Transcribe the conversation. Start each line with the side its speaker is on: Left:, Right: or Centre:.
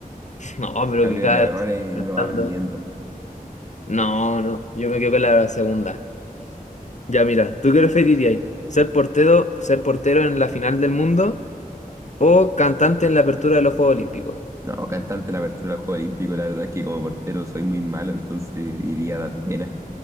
Left: <laughs> no, pero
Right: Cambio
Left: que cada
Right: de los errores
Left: vez cantando.
Right: uno va aprendiendo.
Left: No, no, yo me quedo con la segunda. Ya, mira, ¿tú qué preferirías? ¿Ser portero, ser portero en la final del mundo? O cantante en la apertura de los Juegos Olímpicos.
Right: No, cantante la apertura del Juego Olímpico, la verdad es que como portero soy muy malo, entonces iría a dar pena.